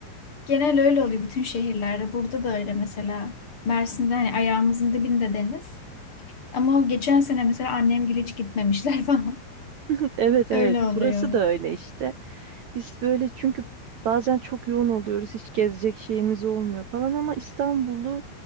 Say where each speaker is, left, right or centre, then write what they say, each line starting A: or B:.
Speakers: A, on the left (about 30°); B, on the right (about 70°).
A: genel öyle oluyor bütün şehirlerde. Burada da öyle mesela. Mersin'de hani ayağımızın dibinde deniz. Ama o geçen sene mesela annemgil hiç gitmemişler <laughs> falan.
B: <laughs> evet evet
A: Öyle oluyor.
B: burası da öyle işte. Biz böyle çünkü bazen çok yoğun oluyoruz hiç gezecek şeyimiz olmuyor falan ama İstanbul'u